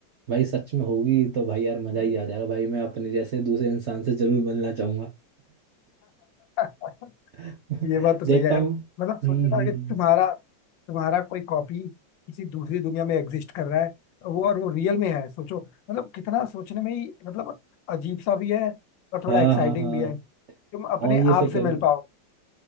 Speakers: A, on the right; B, on the left.
A: भाई सच में होगी तो भाई यार मजा ही आ जाएगा भाई मैं अपने जैसे दूसरे इंसान से जरूर मिलना चाहूंगा
B: <laughs>
A: <laughs>
B: ये बात तो
A: देखता
B: सही है यार
A: हूँ
B: मतलब सोचो
A: हम्म हम्म,
B: ना कि
A: हम्म।
B: तुम्हारा तुम्हारा कोई कॉपी किसी दूसरी दुनिया में एग्जिस्ट कर रहा है वो और वो रियल में है सोचो मतलब कितना सोचने में ही मतलब अजीब सा भी है और थोड़ा
A: हाँ
B: एक्साइटिंग
A: हाँ हाँ
B: भी है तुम अपने
A: और ये से
B: आप से
A: करो
B: मिल पाओ